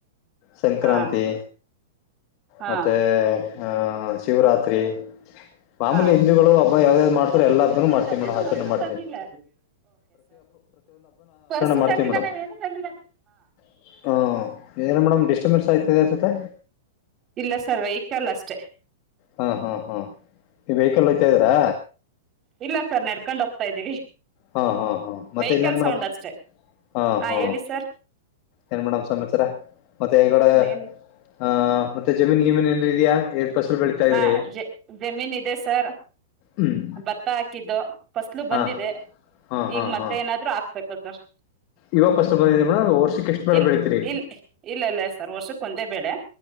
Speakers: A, on the left; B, on the right.
A: ಸಂಕ್ರಾಂತಿ
B: ಹಾ ಹಾ
A: ಮತ್ತೆ ಆ ಶಿವರಾತ್ರಿ ಮಾಮೂಲಿ
B: ಹಾ
A: ಹಿಂದೂಗಳು ಹಬ್ಬ ಯಾವ್ದ ಯಾವ್ದ್ ಮಾಡ್ತಾರೆ
B: ಏನು
A: ಎಲ್ಲ ಹಬ್ಬನು
B: ತಂದಿಲ್ಲ
A: ಮಾಡ್ತೀವಿ ಮೇಮ್ ಆಚರಣೆ
B: ಪರ್ಸು
A: ಮಾಡ್ತಿವಿ.
B: ತಂದಿಲ್ಲ ಪರ್ಸು
A: ಮಾಡ್ತೀವಿ
B: ತಂದಿಲ್ಲ
A: ಮೇಡಮ್
B: ನಾನ್ ಏನು ತಂದಿಲ್ಲ.
A: ಹಾ ಏನು ಮೆಡಮ್ ಡಿಸ್ಟರ್ಬೆನ್ಸ್ ಆಯ್ತದೆ ಅನ್ಸುತ್ತೆ.
B: ಇಲ್ಲ ಸರ್ ವೆಹಿಕಲ್ ಅಷ್ಟೇ.
A: ಹಾ ಹಾ ಹಾ ಈಗ್ ವೆಹಿಕಲ್ ಹತ್ತಿದ್ರಾ?
B: ಇಲ್ಲ ಸರ್ ನಡ್ಕೊಂಡ್ ಹೋಗ್ತಾ ಇದ್ದೀವಿ.
A: ಹಾ ಹಾ ಹಾ ಮತ್ತೆ
B: ವೆಹಿಕಲ್
A: ಇನ್ನೇನ್ ಮೇಡಂ
B: ಸೌಂಡ್ ಅಷ್ಟೇ
A: ಹಾ ಹಾ
B: ಹೇಳಿ ಸರ್
A: ಏನ್ ಮೇಡಮ್ ಸಮಾಚಾರ ಮತ್ತೆ ಈಗಡೆ
B: ಇನ್ನೇನು
A: ಆ ಮತ್ತೆ ಜಮೀನ್ ಗಿಮೀನ್ ಏನ್ ಇದೆಯಾ ಏನ್ ಫಸಲು ಬೆಳೀತಾ
B: ಹಾ
A: ಇದ್ರಿ
B: ಜ ಜಮೀನ್ ಇದೆ ಸರ್.
A: ಹ್ಮ್
B: ಭತ್ತ ಹಾಕಿದ್ದು ಫಸ್ಲು ಬಂದಿದೆ
A: ಹಾ ಹಾ ಹಾ
B: ಈಗ್ ಮತ್ತೆ
A: ಹಾ
B: ಏನಾದ್ರು ಹಾಕ್ಬೇಕು ಸರ್.
A: ಇವಾಗ ಫಸ್ಟ್ ಬಂದಿದೆ ಮೇಡಮ್ ವರ್ಷಕ್ಕೆ ಎಷ್ಟು ಬೆಳೆ
B: ಇಲ್
A: ಬೆಳಿತೀರಿ
B: ಇಲ್ ಇಲ್ಲ ಇಲ್ಲ ಸರ್ ವರ್ಷಕ್ ಒಂದೇ ಬೆಳೆ.